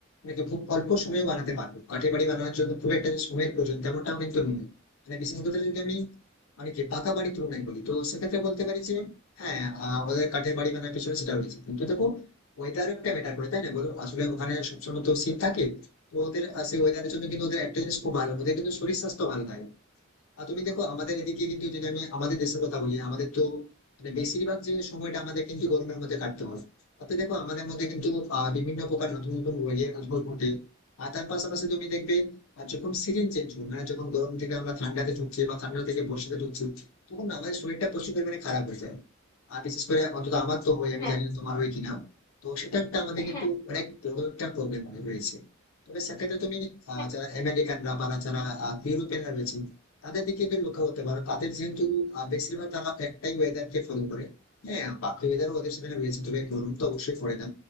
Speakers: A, on the left; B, on the left.
A: কিন্তু খুব অল্প সময়ে বানাতে পারবো কাঠের বাড়ি বানানোর জন্য খুব একটা যে সময়ের প্রয়োজন তেমনটাও কিন্তু নেই মানে বিশেষ করে যদি আমি মানে কি পাকা বাড়ি তুলনায় বলি তো সেক্ষেত্রে বলতে পারি যে হ্যাঁ আহ, আমাদের কাঠের বাড়ি বানানোর পিছনে সেটা রয়েছে কিন্তু দেখো ওয়েদারও একটা ম্যাটার করে তাই না বলো আসলে ওখানে সবসময় তো শীত থাকে তো ওদের আহ, সেই ওয়েদারের জন্য কিন্তু ওদের একটা জিনিস খুব ভালো ওদের কিন্তু শরীর স্বাস্থ্য ভালো থাকে আর তুমি দেখো আমাদের এদিকে কিন্তু যদি আমি আমাদের দেশের কথা বলি আমাদের তো মানে বেশিরভাগ যে সময়টা আমাদের কিন্তু গরমের মধ্যে কাটতে হয় তাতে দেখো আমাদের মধ্যে কিন্তু আহ, বিভিন্ন প্রকার নতুন নতুন রোগের উদ্ভব ঘটে আর তার পাশাপাশি তুমি দেখবে আর যখন সিজন চেঞ্জ হবে মানে যখন গরম থেকে আমরা ঠান্ডাতে ঢুকছি বা ঠান্ডা থেকে বর্ষাতে ঢুকছি তখন আমাদের শরীরটা প্রচুর পরিমাণে খারাপ হয়ে যায় আর বিশেষ করে অন্তত আমার তো হয় আমি
B: হ্যাঁ
A: জানি না তোমার হয় কিনা তো সেটা একটা আমাদের কিন্তু
B: হ্যাঁ
A: অনেক বড় একটা প্রবলেম হয়ে রয়েছে তবে সেক্ষেত্রে তুমি আহ,
B: হ্যাঁ
A: যারা আমেরিকানরা বা যারা ইউরোপিয়ানরা রয়েছে তাদের দিকে একটু লক্ষ্য করতে পারো তাদের যেহেতু আহ, বেশিরভাগ তারা একটাই ওয়েদার কে ফলো করে হ্যাঁ বাকি ওয়েদার ওদের সেখানে রয়েছে তবে গরম তো অবশ্যই পড়ে না